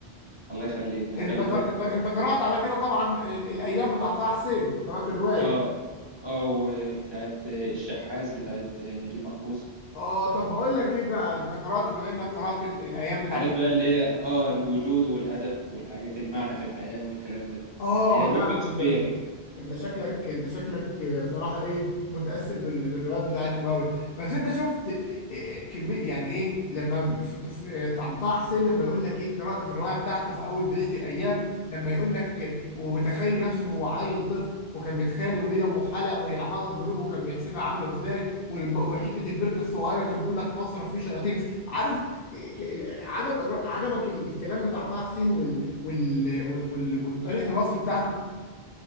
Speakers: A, on the right; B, on the left.
A: الله يخليك أنا
B: انت
A: غلبان
B: قر... انت انت قرات على كده طبعا ال... الايام بتاع طه حسين قرات الروايه
A: أه أه وبتاعت الشحاذ بتاعت نجيب محفوظ
B: اه طب بقول لك ايه بقى انت قرات بما انك قرات ال... الايام بتاع
A: حاجات بقى اللي هي اه الوجود والهدف والحاجات المعنى في الحياة والكلام ده
B: اه
A: هي رواية
B: لا
A: فلسفية
B: انت
A: كده
B: انت شكلك انت شكلك صراحه ايه متاثر بال- بالروايات بتاعتهم قوي بس انت شفت إيه كميه يعني ايه لما في في طعنطاح حسين لما يقول لك ايه قرات في الروايه بتاعته في اول بدايه الايام لما يقول لك ومتخيل نفسه هو عيل طفل وكان متخيل الوليه ام حلق وهي عماله تضربه وكان بيحسبها عامله ازاي والب- وحته البركه الصغيره كان بيقول لك مصرف فيه شياطين عارف إيه، ك- عجب عجبك ال- الكلام بتاع طه حسين وال وال... وال... وطريقه الوصف بتاعته